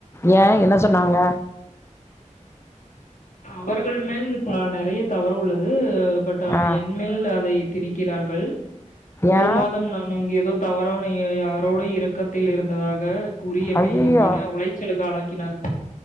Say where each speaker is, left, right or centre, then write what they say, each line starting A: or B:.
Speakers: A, on the left; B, on the left.
A: ஏ என்ன சொன்னாங்க
B: அவர்கள் மேல் ப நெறைய தவறு உள்ளது பட் அ
A: ஆ
B: என் மேல் அதை திணிக்கிறார்கள் ஒரு
A: ஏ
B: மாதம் நான் அங்கு எதோ தவறான யெ யாரோட இரு பக்கத்தில் இருந்ததாக கூறி என்னை
A: ஐயய்யோ
B: மன உளைச்சலுக்கு ஆளாக்கினார்கள்